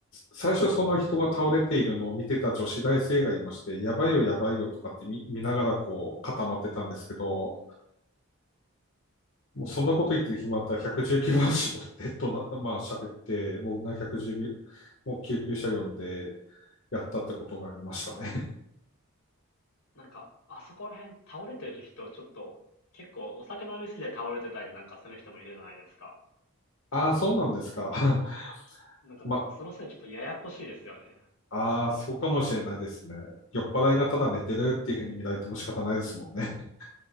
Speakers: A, on the left; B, on the left.
A: 最初その人が倒れているのを見てた女子大生がいまして、やばいよやばいよとかって見、見ながらこう固まってたんですけど、もうそんなこと言ってる暇あったら119番しろってとな、<laughs> まあ喋って、僕が110秒、もう救急車呼んでやったってことがありましたね。
B: なんか、あそこら辺倒れてる人、ちょっと、結構お酒飲みすぎて倒れてたりなんかする人もいるじゃないですか。
A: <laughs> ああ、そうなんですか。<laughs>
B: なんか、
A: まあ、
B: そのせいでちょっとややこしいですよね。
A: ああ、そうかもしれないですね。酔っ払いがただ寝てるっていうふうに見られても仕方ないですもんね。<laughs>